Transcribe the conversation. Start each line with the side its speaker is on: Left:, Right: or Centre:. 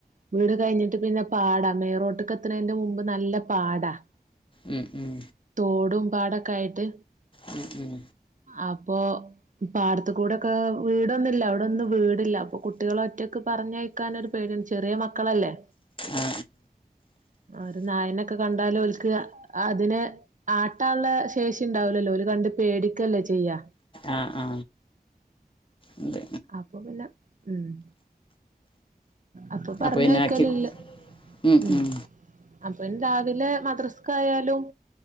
Right: വീട് കഴിഞ്ഞിട്ട് പിന്ന പാടാ മേറോട്ട്ക്ക എത്തണെന്റെ മുമ്പ് നല്ല പാടാ.
Left: ഉം ഉം
Right: തോടും പാടൊക്കെ ആയിട്ട്
Left: ഉം ഉം
Right: അപ് പോ പാടത്ത്ക്കൂടൊക്കെ വീടൊന്നില്ല അവിടൊന്നും വീടില്ല, അപ്പ കുട്ടികള ഒറ്റക്ക് പറഞ്ഞയക്കാനൊരു പേടിയാണ്, ചെറിയ മക്കളല്ലേ,
Left: ആ
Right: ഒരു നായനൊക്കെ കണ്ടാലും ഓല്ക്ക് അതിനെ ആട്ടുള്ള ശേഷി ഇണ്ടാവലല്ലോ ഓല് കണ്ട് പേടിക്കല്ലേ ചെയ്യാ.
Left: ആ ആ ആ ഉണ്ട്
Right: അപ്പോ പിന്നെ മ് അപ്പോ പറഞ്ഞയക്കലില്ല
Left: അപ്പോൾ പിന്നെ ആക്കി ഉം
Right: മ്
Left: ഉം
Right: അപ്പ രാവിലെ മദ്രസ്ക് ആയാലും